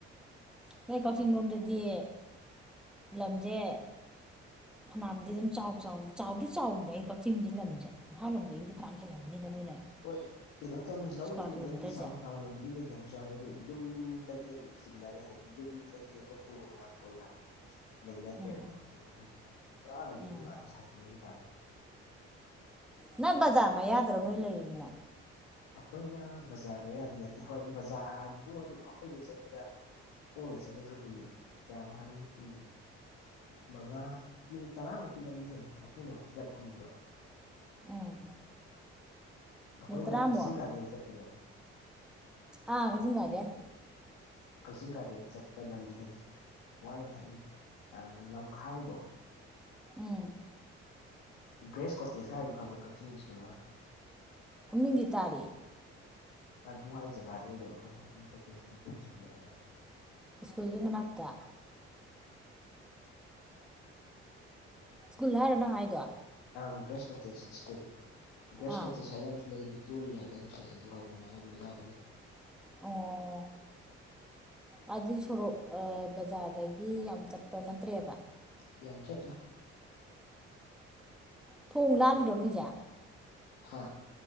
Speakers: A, in the centre; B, on the left.
A: ꯅꯣꯏ ꯀꯥꯛꯆꯤꯡ ꯂꯣꯝꯗꯗꯤ ꯂꯝꯖꯦ ꯐꯅꯥꯝꯗꯤ ꯑꯗꯨꯝ ꯆꯥꯎ ꯆꯥꯎꯅ ꯆꯥꯎꯗꯤ ꯆꯥꯎꯒꯤ ꯗꯥꯢ ꯀꯛꯆꯤꯡꯗꯤ ꯂꯝꯖꯦ ꯏꯝꯐꯥꯜ ꯂꯣꯝꯗꯒꯤꯗꯤ ꯐꯅꯥꯝ ꯍꯦꯜꯂꯝꯒꯅꯤꯗ ꯅꯣꯏꯅ
B: ꯍꯣꯏ ꯀꯩꯅꯣ ꯇꯧꯅꯩ ꯂꯧꯒꯨꯝꯕꯗꯕꯨꯗꯤ
A: ꯏꯁꯀ꯭ꯋꯥꯔ ꯀꯤꯂꯣꯃꯤꯇꯔꯁꯦ
B: ꯆꯥꯎ ꯆꯥꯎꯅꯕꯨꯗꯤ ꯂꯩꯅꯕꯖꯨ ꯌꯥꯎꯋꯦ ꯑꯗꯨ ꯌꯨꯝꯗꯗꯤ ꯑꯗꯨꯝ ꯆꯤꯟꯅꯔꯦ ꯍꯥꯏꯗꯤ ꯌꯨꯝꯗꯗꯤ ꯑꯩꯈꯣꯏ ꯍꯤꯡꯒꯣꯜꯒ ꯀꯣꯏꯕ ꯍꯥꯏꯗꯣ ꯀꯩꯁꯨ ꯂꯩꯅꯗ꯭ꯔꯦꯕ
A: ꯎꯝ
B: ꯀꯛꯆꯤꯡ ꯃꯅꯨꯡꯗꯗꯤ ꯑꯃꯨꯛ ꯄꯨꯔꯥ ꯌꯨꯝ
A: ꯎꯝ
B: ꯉꯥꯛꯇ ꯁꯥꯖꯤꯟꯅꯒꯤꯗꯕ
A: ꯅꯪ ꯕꯖꯥꯔ ꯃꯌꯥꯗꯔꯣ ꯅꯣꯏ ꯂꯩꯔꯤꯖꯤꯅ
B: ꯑꯩꯈꯣꯏꯅ ꯕꯖꯥꯔ ꯃꯌꯥꯗꯤ ꯅꯠꯇꯦ ꯍꯣꯏ ꯕꯖꯥꯔꯗꯣ ꯑꯗꯨꯝ ꯑꯩꯈꯣꯏꯗꯩ ꯆꯠ ꯄꯗ ꯈꯣꯡꯅ ꯆꯠꯂꯁꯨ ꯃꯤꯅꯤꯠ ꯀꯌꯥꯃꯨꯛ ꯍꯥꯏꯅꯤ ꯃꯤꯅꯤꯠ ꯃꯉꯥ ꯃꯤꯅꯤꯠ ꯇꯔꯥꯃꯨꯛꯀꯤ ꯂꯝꯗꯤ ꯍꯦꯟꯅꯤ ꯑꯩꯈꯣꯏꯅ ꯑꯃꯨꯛ ꯈꯤꯇꯪ ꯍꯟꯗꯕ
A: ꯎꯝ
B: ꯑꯩꯈꯣꯏꯅ
A: ꯃꯤ ꯇꯔꯥꯃꯨꯛ
B: ꯀꯛꯆꯤꯡ ꯒꯥꯔꯗꯦꯟ ꯆꯠꯄꯗꯣ
A: ꯑꯥ ꯀꯛꯆꯤꯡ ꯒꯥꯔꯗꯦꯟ
B: ꯀꯛꯆꯤꯡ ꯒꯥꯔꯗꯦꯟ ꯆꯠꯄ ꯂꯝꯕꯤꯗꯒꯤ ꯋꯥꯏꯝ ꯍꯥꯏꯒꯤ ꯑꯥ ꯂꯝꯈꯥꯏꯗꯣ
A: ꯎꯝ
B: ꯒ꯭ꯔꯦꯁ ꯀꯣꯇꯦꯁ ꯍꯥꯏꯔꯤꯗꯨ ꯈꯪꯕ꯭ꯔ ꯀꯛꯆꯤꯡꯒꯤ ꯁ꯭ꯀꯨꯜ ꯑꯃ
A: ꯃꯃꯤꯡꯒꯤ ꯇꯥꯔꯦ
B: ꯀꯗ꯭ꯋꯥꯢ ꯖꯒꯥꯗ ꯂꯩꯗꯣꯢꯕ ꯑꯩꯈꯣꯏꯅ ꯒ꯭ꯔꯤꯟ ꯀꯣꯇꯦꯋ ꯁ꯭ꯀꯨꯜ ꯂꯩꯕ ꯑꯗ꯭ꯋꯥꯏꯗ
A: ꯢꯁ꯭ꯀꯨꯜꯗꯨꯢ ꯃꯅꯥꯛꯇ ꯁ꯭ꯀꯨꯜ ꯍꯥꯏꯔꯣ ꯅꯪ ꯍꯥꯏꯗꯣ
B: ꯑꯪ ꯒ꯭ꯔꯦꯁ ꯀꯣꯇꯦꯁ ꯁ꯭ꯀꯨꯜ ꯒ꯭ꯔꯦꯁ
A: ꯑꯥ
B: ꯀꯣꯇꯦꯁ ꯍꯥꯏꯁꯦ ꯂꯩ ꯕꯤꯛꯇꯣꯔꯤ ꯍꯥꯏꯕ ꯑꯃꯁꯨ ꯂꯩ ꯑꯗꯨꯍꯥꯏ ꯃꯃꯥꯌꯥꯏ ꯃꯌꯥꯗꯒꯤ
A: ꯑꯣ ꯍꯥꯏꯗꯤ ꯁꯣꯔꯣꯛ ꯑ ꯕꯖꯥꯔꯗꯒꯤ ꯌꯥꯝ ꯆꯠꯄ ꯅꯠꯇ꯭ꯔꯦꯕ
B: ꯌꯥꯝ ꯆꯠꯇ꯭ꯔꯦ
A: ꯊꯣꯡ ꯂꯥꯜꯂꯤꯔꯣ ꯅꯣꯏꯖꯦ
B: ꯍꯥꯥ